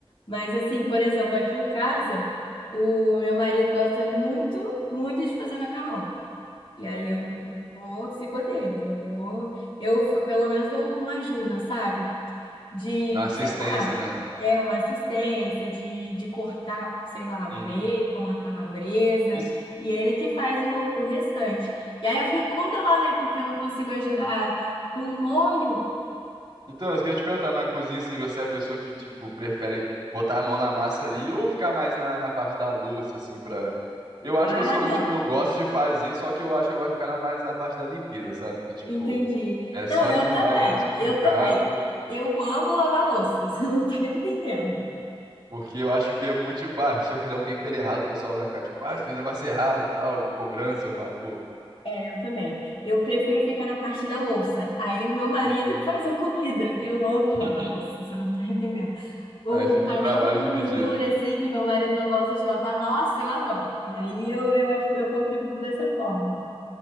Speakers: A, on the left; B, on the right.
A: Mas assim, por exemplo, aqui em casa, o meu marido gosta muito, muito de fazer macarrão. E aí eu eu vou, sigo a dele. Eu vou, eu fa- pelo menos dou uma ajuda, sabe? De,
B: Dá uma assistência,
A: sei lá,
B: né?
A: é uma assistência, de, de cortar, sei lá, o
B: Uhum.
A: bacon, a calabresa.
B: Isso...
A: E ele que faz o, o restante. E aí eu fico com dó, né? Porque eu não consigo ajudar com o molho.
B: Então, eu queria te perguntar, na cozinha, assim, você é a pessoa que, tipo, prefere botar a mão na massa ali ou ficar mais na, na parte da louça, assim, pra... Eu acho
A: Ah,
B: que eu sou,
A: não.
B: tipo, eu gosto de fazer, só que eu acho que eu gosto de ficar na- mais na parte da limpeza, sabe? Porque, tipo,
A: Entendi.
B: é só
A: Não, eu
B: limpar,
A: também.
B: é menos complicado,
A: Eu também. Eu amo lavar louça, <laughs> você não tá entendendo.
B: porque eu acho que é muito, tipo, ah, se eu fizer um tempero errado, o pessoal vai ficar, tipo, ah, fiz um negócio errado, tal, cobrança, eu falo, pô,
A: É, eu também. Eu prefiro ficar na parte da louça. Aí o meu marido
B: hum.
A: que faz a comida. Eu amo
B: <laughs>
A: lavar louça, você não tá entendendo. Ou
B: aí fica
A: panela
B: um trabalho
A: com
B: dividido.
A: gordura, assim, que meu marido não gosta de lavar. Nossa, eu adoro. E aí eu, eu, acho- eu contribuo dessa forma.